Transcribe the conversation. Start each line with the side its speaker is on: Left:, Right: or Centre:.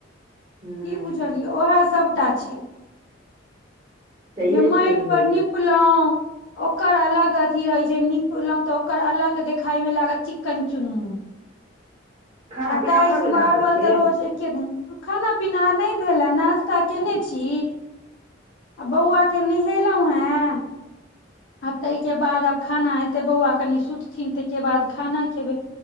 Right: हूं
Left: की बुझलियै ओएह सभटा छी
Right: छैहे
Left: जे माटि
Right: की उम्हरो
Left: पर निपलहुँ ओकर अलग अथी रहे छै नीपलहुं तऽ ओकर अलग देखाय में लागत चिक्कन चुनमुन
Right: खाना
Left: आ
Right: पीना
Left: टाइल्स
Right: भऽ गेल
Left: मारबल
Right: अहाँ सबके
Left: तऽ रोज एक केदनि खाना पीना नहि भेल या नास्ता केने छी आ बौआ के नहेलहुं हैं आ ताहिके बाद आब खाना हेते बौआ कनि सुतथिन ताहिके बाद खाना खेबै